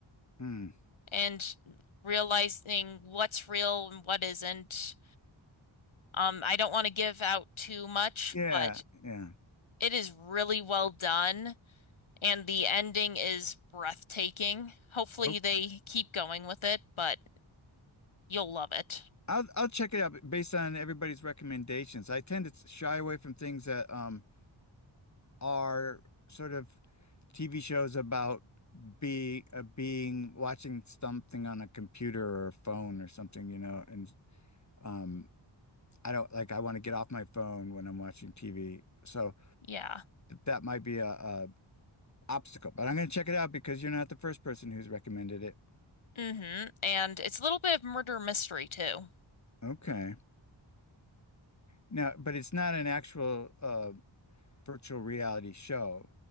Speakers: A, on the left; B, on the left.
A: Hmm.
B: and realizing what's real and what isn't. Um, I don't want to give out too much,
A: Yeah,
B: but
A: yeah.
B: It is really well done, and the ending is breathtaking. Hopefully,
A: Okay.
B: they keep going with it, but you'll love it.
A: I'll I'll check it out based on everybody's recommendations. I tend to shy away from things that um are sort of TV shows about be uh, being watching something on a computer or a phone or something, you know, and um I don't like I want to get off my phone when I'm watching TV. So
B: Yeah.
A: that might be a, a obstacle, but I'm going to check it out because you're not the first person who's recommended it.
B: Mm-hmm. And it's a little bit of murder mystery too.
A: Okay. Now, but it's not an actual uh virtual reality show,